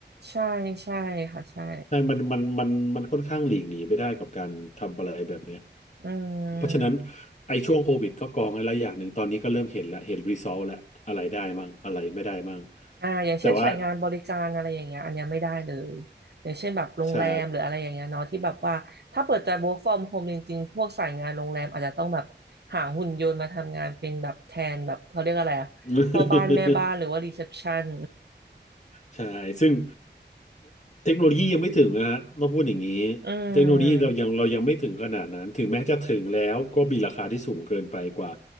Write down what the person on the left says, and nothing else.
ใช่มันมันมันมันค่อนข้างหลีกหนีไม่ได้กับการทำอะไรแบบเนี้ย
เพราะฉะนั้นไอ้ช่วงโควิดก็กองไว้และอย่างหนึ่งตอนนี้ก็เริ่มเห็นแล้วเห็นรีซอสแล้วอะไรได้มั่งอะไรไม่ได้มั่ง
แต่ว่า
ใช่
<laughs> ใช่ซึ่งเทคโนโลยียังไม่ถึงนะฮะต้องพูดอย่างนี้
เทคโนโลยีเรายังเรายังไม่ถึงขนาดนั้นถึงแม้จะถึงแล้วก็มีราคาที่สูงเกินไปกว่า